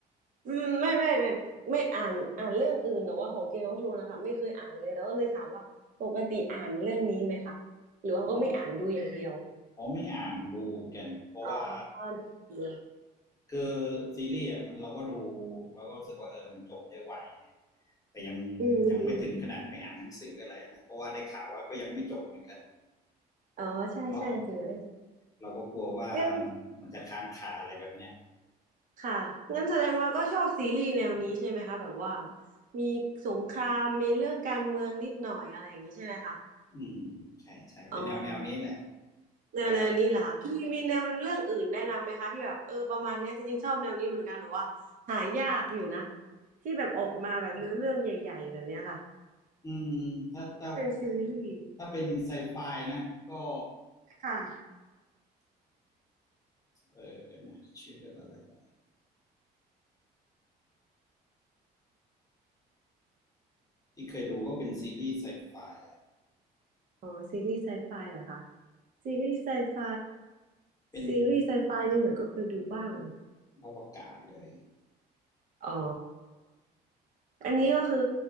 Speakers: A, on the right (about 50°); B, on the left (about 20°).
A: อืมไม่ไม่ไม่ไม่อ่านอ่านเรื่องอื่นแต่ว่าของเกมออฟโธนนะคะไม่เคยอ่านเลยแล้วก็เลยถามว่าปกติอ่านเรื่องนี้ไหมคะหรือว่าก็ไม่อ่านดูอย่างเดียว
B: อ๋ออ๋อไม่อ่านดูกันเพราะว่า
A: อ๋อดูอย่างเดียว
B: คือซีรีส์อะมันเราก็ดูเราก็รู้สึกว่าเออมันจบได้ไวไงแต่ยัง
A: อืมอืม
B: ยังไม่ถึงขนาดไปอ่านหนังสืออะไรนะเพราะว่าได้ข่าวว่าก็ยังไม่จบเหมือนกัน
A: อ๋อใช่ใช่หนังสือเอง
B: เราเราเราก็กลัวว่า
A: งั้น
B: มันจะค้างคาอะไรแบบเนี้ย
A: ค่ะงั้นแสดงว่าก็ชอบซีรีส์แนวนี้ใช่ไหมคะแบบว่ามีสงครามมีเรื่องการเมืองนิดหน่อยอะไรอย่างนี้ใช่ไหมคะ
B: อืมใช่ใช่เป็นแนวแนวนี้แหละ
A: อ๋อแนวแนวนี้เหรอคะมีมีแนวเรื่องอื่นแนะนำไหมคะที่แบบเออประมาณเนี้ยจริงๆชอบแนวนี้เหมือนกันหนูว่าหายากอยู่นะ
B: แต่
A: ที่แบบออกมาแบบเนื้อเรื่องใหญ่ๆแบบเนี้ยค่ะ
B: อืมถ้าถ้า
A: เป็นซีรีส์
B: ถ้าเป็นไซไฟนะก็
A: ค่ะ
B: เออเดี๋ยวนะชื่อเรื่องอะไรนะ ที่เคยดูก็เป็นซีรีส์ไซไฟอ่ะ
A: อ๋อซีรีส์ไซไฟเหรอคะซีรีส์ไซไฟ
B: เป็น
A: ซีรีส์ไซไฟนี่เหมือนก็เคยดูบ้าง
B: อวกาศเลย
A: อ๋อ อันนี้ก็คือ